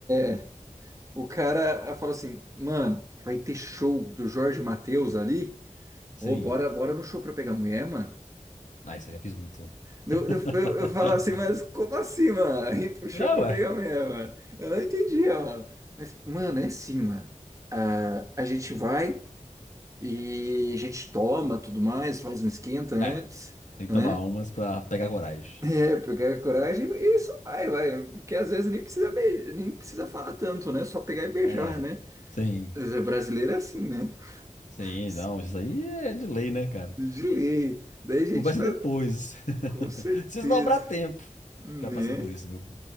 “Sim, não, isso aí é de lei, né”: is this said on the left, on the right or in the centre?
Left